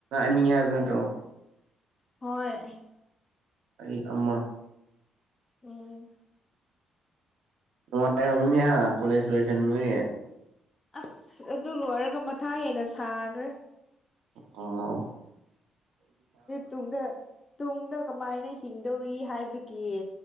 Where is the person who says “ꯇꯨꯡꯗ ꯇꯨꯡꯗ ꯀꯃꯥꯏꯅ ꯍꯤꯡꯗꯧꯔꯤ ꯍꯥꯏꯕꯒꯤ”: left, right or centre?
Left